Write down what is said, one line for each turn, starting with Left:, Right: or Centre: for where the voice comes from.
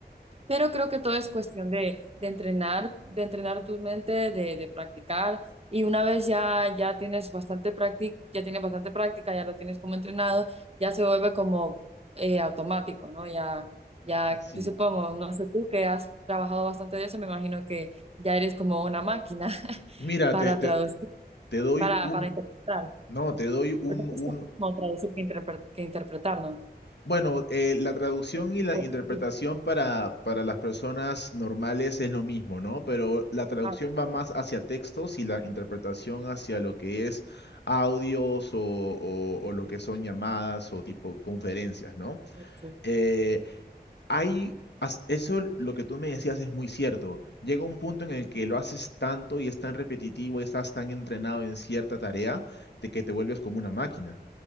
Right: pero creo que todo es cuestión de, de entrenar, de entrenar tu mente, de, de practicar. Y una vez ya, ya tienes bastante práctica, ya tienes bastante práctica, ya lo tienes como entrenado, ya se vuelve como eh, automático, ¿no? Ya, ya,
Left: Sí.
Right: yo supongo, no sé tú que has trabajado bastante de eso, me imagino que ya eres como una máquina. <laughs>
Left: Mira,
Right: para
Left: te, te,
Right: traducir,
Left: te doy
Right: para,
Left: un,
Right: para interpretar.
Left: no, te doy un,
Right: Porque es
Left: un,
Right: lo mismo traducir que, interpre- que interpretar, ¿no?
Left: Bueno, eh, la traducción y la
Right: O
Left: interpretación
Right: traducir.
Left: para, para las personas normales es lo mismo, ¿no? Pero la traducción
Right: Ah,
Left: va más hacia textos y la interpretación hacia lo que es audios o, o- o lo que son llamadas o tipo conferencias, ¿no?
Right: ok, sí.
Left: Eh, hay, as- eso lo que tú me decías es muy cierto. Llega un punto en el que lo haces tanto y es tan repetitivo y estás tan entrenado en cierta tarea de que te vuelves como una máquina.